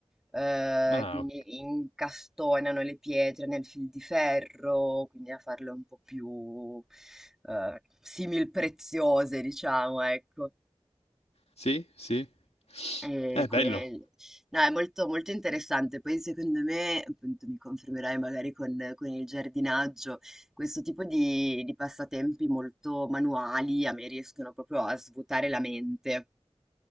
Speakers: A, in the centre; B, on the left.
A: eh,
B: Ah,
A: quindi
B: ok.
A: incastonano le pietre nel fil di ferro, quindi a farle un po' più eh, simil preziose, diciamo, ecco.
B: Sì, sì.
A: E
B: È
A: quel-
B: bello.
A: No, è molto, molto interessante. Poi secondo me, appunto, mi confermerai magari con, con il giardinaggio, questo tipo di, di passatempi molto manuali a me riescono proprio a svuotare la mente.